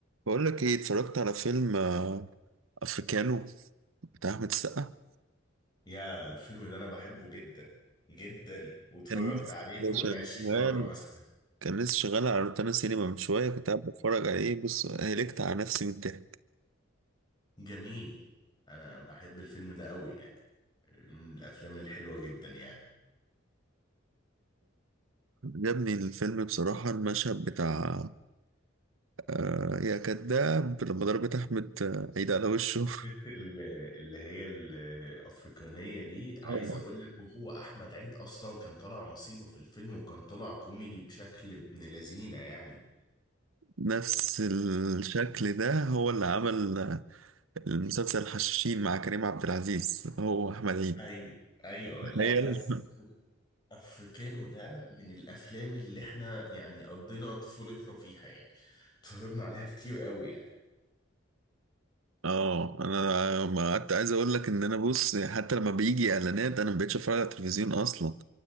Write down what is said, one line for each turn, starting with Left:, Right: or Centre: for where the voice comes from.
Right: بقول لك ايه اتفرجت على فيلم آه، افريكانو بتاع احمد السقا
Left: يا الفيلم ده انا بحبه جدا جدا واتفرجت
Right: كان لسه
Left: عليه فوق العشرين
Right: شغال
Left: مرة مثلا
Right: كان لسه شغال على روتانا سينما من شويه كنت قاعد بتفرج عليه بص هلكت على نفسي من الضحك
Left: جميل انا بحب الفيلم ده قوي يعني من الافلام الحلوة جدا يعني
Right: عجبني الفيلم بصراحه المشهد بتاع آه، يا كذاب لما ضربت احمد آه، عيد على وشه
Left: البت ال- اللي هي الافريقانية دي عايز
Right: اه
Left: اقول لك وهو احمد عيد اصلا كان طالع مصيبة في الفيلم وكان طالع كوميدي بشكل ابن لذينة يعني
Right: نفس الشكل
Left: آه.
Right: ده هو اللي عمل آه، المسلسل الحشاشين مع كريم عبد العزيز هو احمد عيد
Left: ايوه ايوه
Right: تخيل
Left: لا بس افريكانو ده من الافلام اللي احنا يعني قضينا طفولتنا فيها يعني اتفرجنا عليها كتير قوي يعني
Right: اه انا ما قعدت عايز اقول لك ان انا بص حتى لما بيجي اعلانات انا ما بقتش اتفرج على التلفزيون اصلا